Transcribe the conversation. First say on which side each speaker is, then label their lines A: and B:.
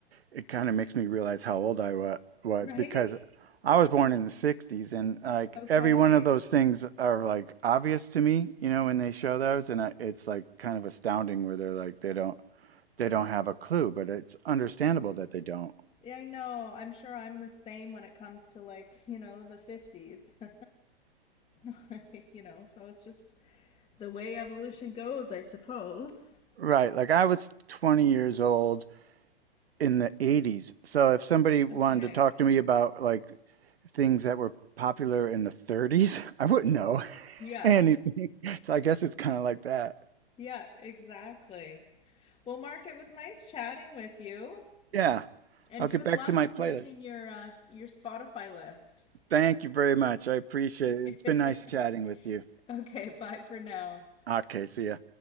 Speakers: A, on the right; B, on the left.
A: it kind of makes me realize how old I wa was
B: Right?
A: because I was born in the '60s, and like
B: Okay.
A: every one of those things are like obvious to me, you know, when they show those, and I, it's like kind of astounding where they're like they don't they don't have a clue, but it's understandable that they don't.
B: Yeah, I know. I'm sure I'm the same when it comes to like, you know, the 50s. <laughs> No, <laughs> You know, so it's just the way evolution goes, I suppose.
A: Right. Like I was 20 years old in the 80s. So if somebody wanted
B: Okay.
A: to talk to me about like things that were popular in the 30s, <laughs> I wouldn't know <laughs>
B: Yeah.
A: anything. So I guess it's kind of like that.
B: Yeah, exactly. Well, Mark, it was nice chatting with you,
A: Yeah.
B: and
A: I'll get
B: good
A: back
B: luck
A: to my
B: with
A: playlist.
B: making your uh, your Spotify list.
A: Thank you very much. I appreciate it.
B: <laughs>
A: It's been nice chatting with you.
B: Okay, bye for now.
A: Okay. See ya.